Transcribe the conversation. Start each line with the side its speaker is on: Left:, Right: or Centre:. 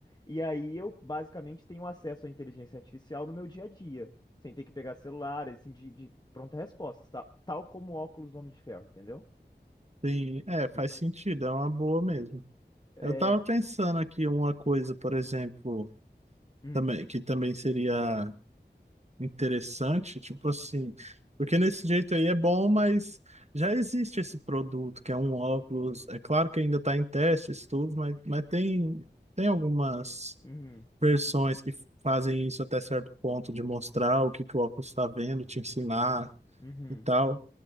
Left: e aí eu basicamente tenho acesso à inteligência artificial no meu dia a dia, sem ter que pegar celular, assim, de, de pronta resposta, tá? Tal como o óculos do Homem de Ferro, entendeu?
Right: Sim, é, faz sentido, é uma boa mesmo.
Left: É.
Right: Eu tava pensando aqui uma coisa, por exemplo,
Left: Hum,
Right: também, que também seria interessante, tipo assim, porque nesse jeito aí é bom, mas já existe esse produto, que é um óculos, é claro que ainda está em testes, tudo, mas, mas tem, tem algumas
Left: uhum,
Right: versões que fazem isso até certo ponto, de mostrar o que que o óculos está vendo, te ensinar
Left: uhum,
Right: e tal.